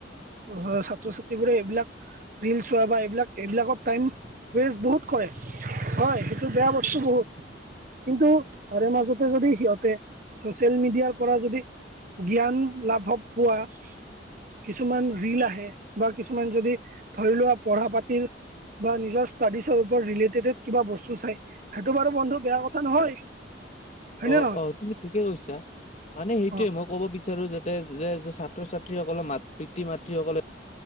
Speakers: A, on the right (about 45°); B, on the left (about 40°).
A: উৰহ ছাত্ৰ ছাত্ৰীবোৰে এইবিলাক ৰিল চোৱা বা এইবিলাক এইবিলাকত টাইম ৱেষ্ট বহুত কৰে। হয় সেইটো বেয়া বছ দিছোঁ বহুত। কিন্তু তাৰে মাজতে যদি সিহঁতে চ'চিয়েল মিডিয়াৰ পৰা যদি জ্ঞান লাভব পোৱা। কিছুমান ৰিল আহে বা কিছুমান যদি ধৰি লোৱা পঢ়া পাতিৰ বা নিজৰ ষ্টাডিছৰ ওপৰত ৰিলেটেডেড কিবা বস্তু চাই সেইটো বাৰু বন্ধু বেয়া কথা নহয়। হয়নে
B: অ',
A: নহয়
B: অ', তুমি ঠিকে কৈছা। মানে সেইটোয়ে
A: অ
B: মই ক'ব বি বিচাৰো যাতে যে, যে ছাত্ৰ ছাত্ৰীসকল মাত পিতৃ মাতৃসকলে